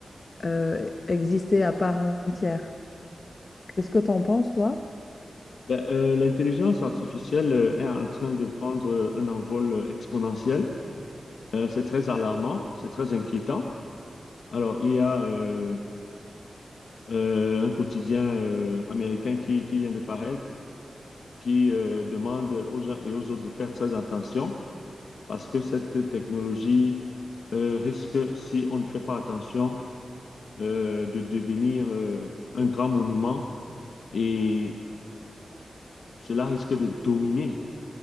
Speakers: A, on the left; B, on the left.
A: euh, exister à part entière. Qu'est-ce que t'en penses, toi?
B: Ben, euh, l'intelligence artificielle euh, est en train de prendre euh, un envol euh, exponentiel. Euh, c'est très alarmant, c'est très inquiétant. Alors, il y a euh, euh, un quotidien euh, américain qui, qui vient de paraître qui euh, demande aux uns et aux autres de faire très attention parce que cette technologie euh, risque, si on ne fait pas attention, euh, de devenir euh, un grand monument et cela risque de dominer